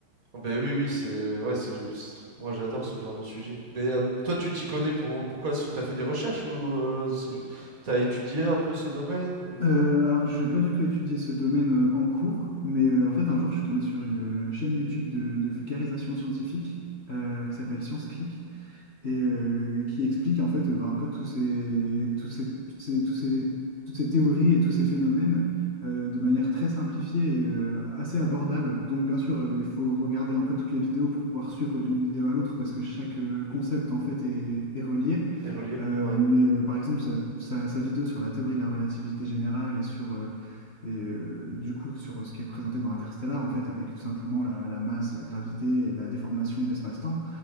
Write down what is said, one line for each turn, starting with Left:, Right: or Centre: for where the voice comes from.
Right: Ben oui, oui, c'est ouais, c'est c'est trop- moi j'adore ce genre de sujet. Mais euh, toi, tu t'y connais pour pourquoi? Est-ce que t'as fait des recherches ou euh, c'est ju- t'as étudié un peu ce domaine ou
Left: Euh, alors, je vais pas du tout étudier ce domaine euh, en cours, mais euh, en fait, un jour, je suis tombé sur une euh, chaîne YouTube de, de vulgarisation scientifique euh, qui s'appelle Science Click et euh,
Right: Mhm.
Left: qui explique en fait euh, bah, un peu tous ces, tous ces, toutes ces, tous ces- toutes ces théories et tous ces phénomènes euh, de manière très simplifiée et euh, assez abordable. Donc bien sûr, euh, il faut regarder un peu toutes les vidéos pour pouvoir suivre d'une vidéo à l'autre parce que chaque euh, concept en fait est, est relié.
Right: Les reliés?
Left: Euh,
Right: Ouais.
Left: mais euh, par exemple, sa, sa- sa vidéo sur la théorie de la relativité générale et sur... euh, et euh, du coup, sur ce qui est présenté dans Interstellar, en fait, avec tout simplement la, la masse, la gravité et la déformation de l'espace-temps,